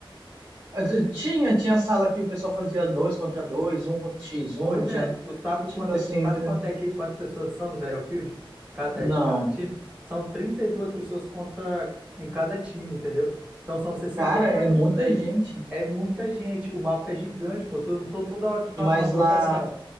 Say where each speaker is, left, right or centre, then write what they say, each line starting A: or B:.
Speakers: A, on the right; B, on the right.
A: Até tinha, tinha sala que o pessoal fazia dois contra dois, um contra x um
B: Pois
A: tinha,
B: é, tu sabe
A: tipo
B: quanto
A: assim,
B: é, sabe
A: entendeu?
B: quanto é que, quantas pessoas são no Battlefield? Cada,
A: Não,
B: cada time? São 32 pessoas contra em cada time, entendeu? Então são sessenta
A: cara,
B: e quatro
A: é muita
B: players.
A: gente.
B: É muita gente. O mapa é gigante, pô. Tu- Eu não tô toda hora que tá
A: Mas
B: numa trocação.
A: lá,